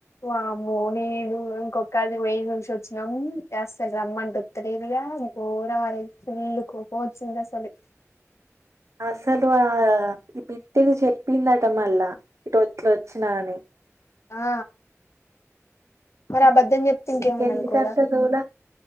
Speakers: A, on the left (about 60°); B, on the right (about 65°).
A: వామ్మో నేను ఇంకొక అది పోయి చూసి వచ్చినాం అసలు రమ్మంటె వస్తలేదు. పో కూర పడేస్తే. ఫుల్ కోపం వచ్చింది. అసలు
B: అసలు ఆ ఈ బితిది చెప్పిందట మళ్ళా ఈ రోట్లు వచ్చినాఅని.
A: ఆ మరి అ బద్. ఒద్దని చెప్తే ఇంకేమన్నా
B: ఇంకెందుకంత
A: అనుకోడా
B: దూల